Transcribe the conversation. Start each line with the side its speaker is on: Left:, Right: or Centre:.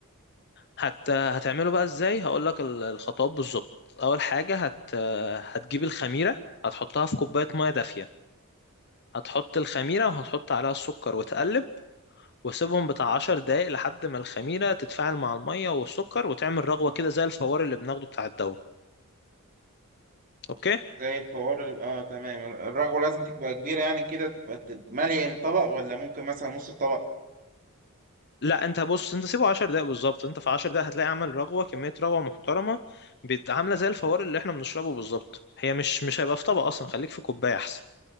Left: حتى هتعمله بقى ازاي هقولك ال- الخطوات بالظبط اول حاجة هت هتجيب الخميرة هتحطها في كوباية مية دافية هتحط الخميرة وهتحط عليها السكر وتقلب وسيبهم بتاع عشر دقايق لحد ما الخميرة تتفاعل مع المية والسكر وتعمل رغوة كده زي الفوار اللي بناخده بتاع الدواء اوكي
Right: زي الفوار ال- اه تمام الرغوة لازم تبقى كبيرة يعني كده تبقى ت- مالية الطبق ولا ممكن مثلا نص الطبق
Left: لا انت بص انت سيبه 10 دقايق بالظبط انت في 10 دقايق هتلاقي عامل رغوه كميه رغوه محترمه بت- عامله زي الفوار اللي احنا بنشربه بالظبط هي مش مش هيبقى في طبق اصلا خليك في كوبايه احسن